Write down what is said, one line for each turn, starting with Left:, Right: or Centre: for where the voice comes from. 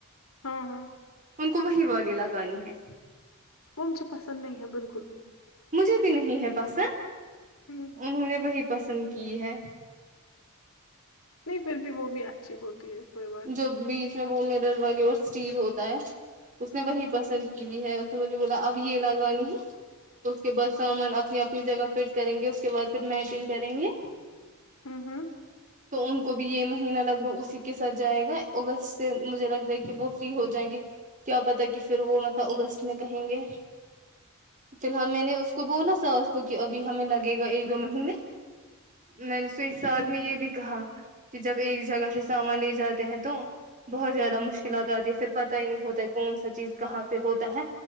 Left: ہاں ہاں
Right: ان کو وہی والی لگانی ہے
Left: وہ مجھے پسند نہیں ہیں بلکل بھی
Right: مجھے بھی نہیں ہے پسند
Left: ہ
Right: انہوں نے وہی پسند کی ہے
Left: نہیں پھر بھی وہ بھی اچھی ہوتی ہے کوئی بات
Right: جو
Left: نہیں
Right: بیچ میں وہ میٹل والی اور اسٹیل ہوتا ہے اس
Left: ہ
Right: نے وہی
Left: ہ
Right: پسند کی ہے اس نے مجھے بولا اب یہ لگائی ہے اس کے بعد سامان اپنی اپنی جگہ فٹ کریں گے اس کے بعد پھر میٹنگ کریں گے
Left: ہوں ہوں
Right: تو ان کو بھی یہ مہینہ لگ بگ اسی کے س جائے گا اگسٹ سے مجھے لگتا ہے کہ وہ فری ہو جائیں گے کیا پتا کہ پھر وہ مطلب اگسٹ میں کہیں گے فی الحال میں نے اس کو بولا ساس کو کہ ابھی ہمیں لگے گا ایک دو مہینے میں نے تو اس ساتھ
Left: ہ
Right: میں
Left: ہ
Right: یہ بھی کہاں کہ جب ایک جگہ سے سامان لے ج جاتے ہیں تو بہت زیادہ مشکلات آتی ہے پھر پتہ ہی نہیں ہوتا ہے کون سا چیز کہاں پہ ہوتا ہے